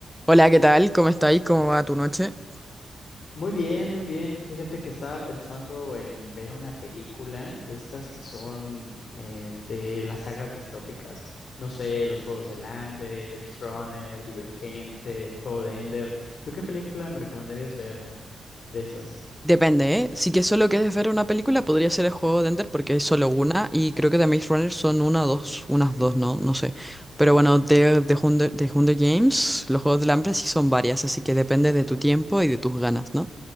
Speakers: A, in the centre; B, on the left.
A: Hola, ¿qué tal? ¿Cómo estáis? ¿Cómo va tu noche?
B: Muy bien, muy bien. Fíjate que estaba pensando en ver una película de estas que son eh, de las sagas distópicas. No sé, Los Juegos del Hambre, The Maze Runner, Divergente, El Juego de Ender. ¿Tú qué película me recomendarías ver de, de esas?
A: Depende, ¿eh? Si que solo quieres ver una película, podría ser el juego de Ender porque hay solo una y creo que de Maze Runner son una o dos, unas dos, no, no sé. Pero bueno, de, de, Hunger, de Hunger Games, los juegos del hambre sí son varias, así que depende de tu tiempo y de tus ganas, ¿no?